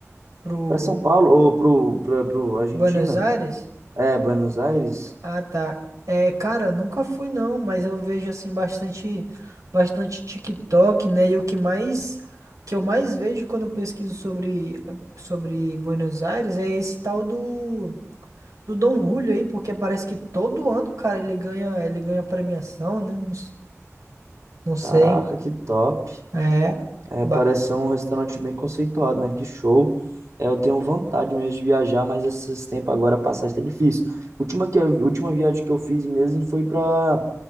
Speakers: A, on the right; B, on the right.
A: Pro
B: para São Paulo ou pro pra, pro Argentina,
A: Buenos Aires?
B: é, Buenos Aires.
A: Ah, tá. É, cara, eu nunca fui não, mas eu vejo assim bastante, bastante TikTok, né? E o que mais, que eu mais vejo quando eu pesquiso sobre, sobre Buenos Aires é esse tal do, do Dom Julio aí, porque parece que todo ano, cara, ele ganha, ele ganha premiação, né? Não, s- não sei.
B: Caraca, que top.
A: É.
B: É,
A: Ba-
B: parece ser um restaurante bem conceituado, né? Que show. É, eu tenho vontade mesmo de viajar, mas esses tempos agora a passagem tá difícil. Última que eu- última viagem que eu fiz mesmo foi para